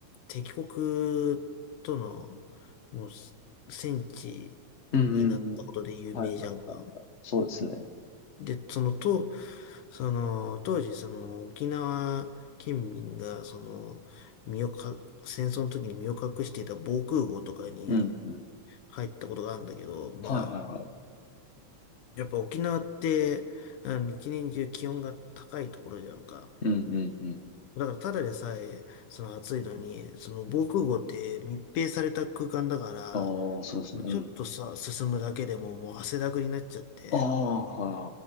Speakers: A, on the left (about 85°); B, on the left (about 35°).
A: 敵国との、もう、戦地になったことで有名じゃんか。
B: うん、うん、うん。はいはいはいはい。そうですね。
A: で、その、と、その、当時、その、沖縄県民が、その、身をか、戦争の時に身を隠していた防空壕とかに
B: うん、うん。
A: 入ったことがあるんだけど、まあ、
B: はいはいはい。
A: やっぱ沖縄って、あの、一年中気温が高いところじゃんか。
B: うん、うん、う
A: だから、ただでさえ、その暑いのに、その防空壕って密閉された空間だか
B: ん。ああ、そうですね。
A: ら、
B: うん。
A: ちょっとさ、進むだけでももう汗だくになっちゃって、
B: ああ、は